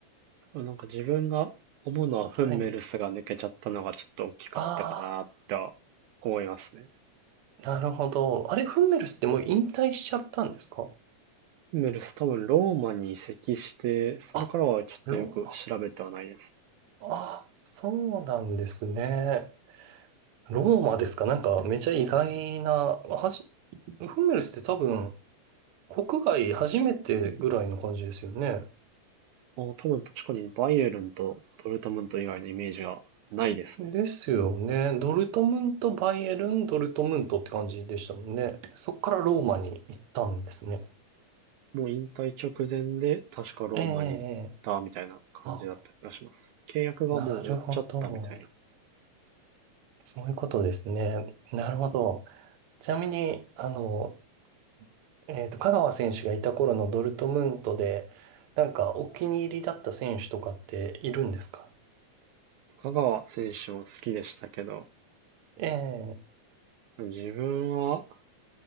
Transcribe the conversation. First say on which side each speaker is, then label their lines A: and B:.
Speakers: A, on the right; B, on the right.
A: なんか自分が思うのはフンメルスが抜けちゃったのがちょっと大きかったかなっては思いますね。
B: はい。ああ。なるほど。あれ、フンメルスってもう引退しちゃったんですか
A: フンメルス多分ローマに移籍して、それからはちょっとよく調べてはないです。
B: あ、ローマ。あ、そうなんですね。ローマですかなんかめちゃ意外な、はじ、フンメルスって多分、国外初めてぐらいの感じですよね。
A: あ多分確かにバイエルンとドルトムント以外のイメージがないですね。
B: ですよね。ドルトムント、バイエルン、ドルトムントって感じでしたもんね。そっからローマに行ったんですね。
A: もう引退直前で確かローマに行ったみたいな感じだった気がします。
B: ええ、ええあ、
A: 契約がもう終わっちゃったみたいな。
B: なるほど。そういうことですね。なるほど。ちなみに、あの、えっと、香川選手がいた頃のドルトムントで、なんかお気に入りだった選手とかっているんですか
A: 香川選手も好きでしたけど、
B: ええ
A: 自分は